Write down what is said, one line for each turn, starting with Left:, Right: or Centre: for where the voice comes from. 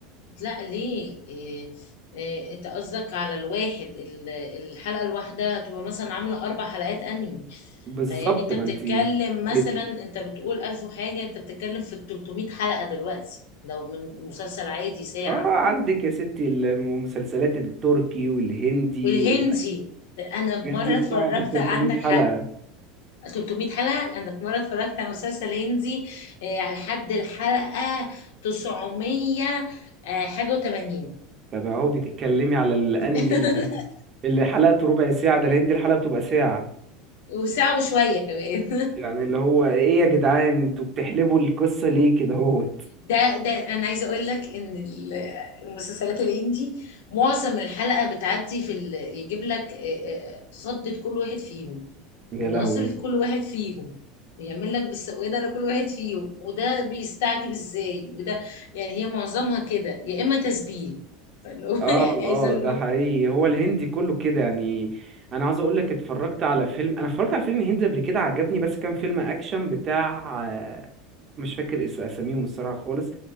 Left: لا ليه إيه إيه انت قصدك على الواحد ال- الحلقة الواحدة هتبقى مثلا عاملة اربع حلقات انمي
Right: بالظبط
Left: فيعني انت
Right: ما
Left: بتتكلم
Right: انت بيطل...
Left: مثلا انت بتقول الف وحاجة انت بتتكلم في 300 حلقة دلوقتي لو من مسلسل عادي ساعة
Right: اه عندك يا ستي المسلسلات التركي والهندي
Left: والهندي
Right: والحاجات
Left: انا في مرة
Right: دي بتقعد
Left: اتفرجت
Right: بال 300
Left: عندك
Right: حلقة
Left: حق 300 حلقة انا في مرة اتفرجت على مسلسل هندي إيه، على لحد الحلقة 900 آه، حاجة و80
Right: طب اهو بتتكلمي على الانمي
Left: <laughs>
Right: اللي اللي حلقته ربع ساعة ده الهندي الحلقة بتبقى ساعة
Left: وساعة وشوية كمان
Right: يعني اللي هو ايه يا جدعان انتوا بتحلبوا القصة ليه كده هو
Left: ده ده انا عايزه اقول لك ان ال- المسلسلات الهندي معظم الحلقه بتعدي في ال... يجيب لك آه، آه، صدة كل واحد فيهم
Right: يا
Left: ونظرة
Right: لهوي
Left: كل واحد فيهم ويعمل لك بالسوادة لكل واحد فيهم وده بيستعجب ازاي وده يعني هي معظمها كده يا اما تسبيل فاللي هو
Right: اه
Left: <laughs> يعني
Right: اه
Left: عايزه اقول
Right: ده
Left: لهم
Right: حقيقي هو الهندي كله كده يعني انا عاوز اقول لك اتفرجت على فيلم انا اتفرجت على فيلم هندي قبل كده عجبني بس كان فيلم اكشن بتاع آه، مش فاكر اس- اساميهم الصراحة خالص